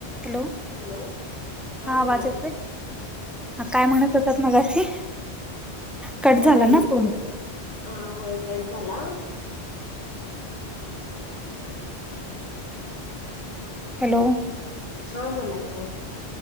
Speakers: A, in the centre; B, on the left (about 40°).
A: Hello!
B: Hello
A: हा
B: बोला
A: वाज येतोय
B: की
A: हा काय म्हणत होतात मगाशी. कट
B: ह
A: झाला
B: नाही
A: ना फोन
B: ते हा होय कट झाला.
A: हॅलो!
B: हा बोला की.